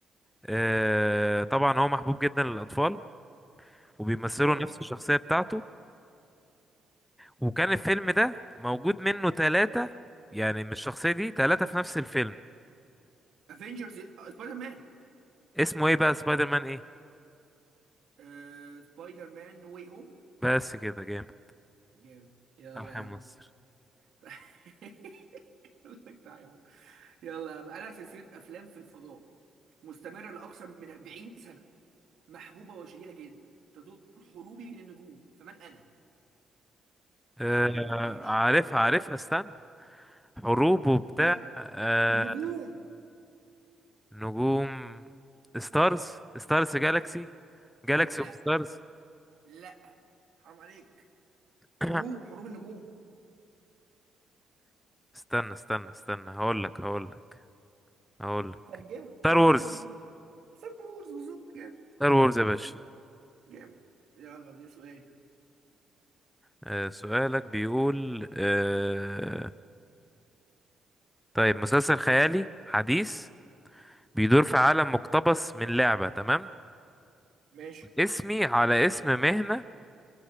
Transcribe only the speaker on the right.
اه
افنجرز سبايدر مان
آه... سبايدر مان نو واي هوم
جامد يلا
يا عم
<laughs> يقول لك تعالى يلا بقى لها سلسلة أفلام في الفضاء مستمرة لأكثر من 40 سنة محبوبة وشهيرة جدا تدور حروبي من النجوم فمن أنا؟
حرام عليك لو جبتهاش
أيوه
في النجوم
لا
لا حرام عليك
حروب حروب النجوم
ترجمة
ترجمة
بين ستار وورز بالظبط جامد
جامد يلا دي سؤال
ماشي